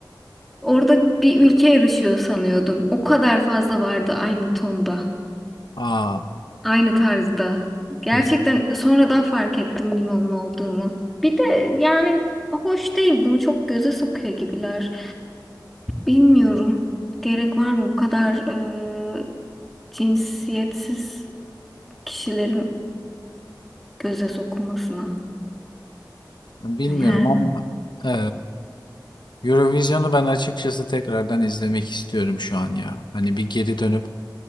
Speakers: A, in the centre; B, on the left (about 80°).
A: orada bir ülke yarışıyor sanıyordum. O kadar fazla vardı aynı tonda.
B: Aa.
A: Aynı tarzda. Gerçekten
B: <laughs>
A: sonradan fark ettim limonun olduğunu. Bir de yani hoş değil. Bunu çok göze sokuyor gibiler. Bilmiyorum. Gerek var mı bu kadar e, cinsiyetsiz kişilerin göze sokulmasına?
B: Bilmiyorum
A: <laughs> Yani.
B: ama e, Eurovision'u ben açıkçası tekrardan izlemek istiyorum şu an ya. Hani bir geri dönüp